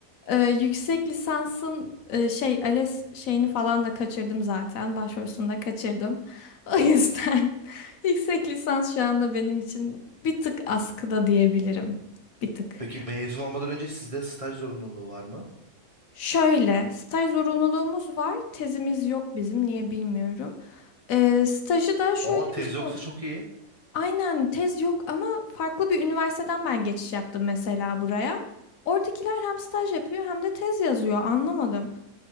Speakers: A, on the left; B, on the right.
A: Ee, yüksek lisansın e, şey ALES şeyini falan da kaçırdım zaten. Başvurusunu da kaçırdım. O yüzden <laughs> yüksek lisans şu anda benim için bir tık askıda diyebilirim. Bir
B: <laughs>
A: tık.
B: Peki mezun olmadan önce sizde staj zorunluluğu var mı?
A: Şöyle, staj zorunluluğumuz var. Tezimiz yok bizim. Niye bilmiyorum. Ee, stajı da şöyle
B: Aa tez
A: bir şey
B: yoksa
A: oldu.
B: çok iyi.
A: Aynen tez yok ama farklı bir üniversiteden ben geçiş yaptım mesela buraya. Oradakiler hem staj yapıyor hem de tez yazıyor. Anlamadım.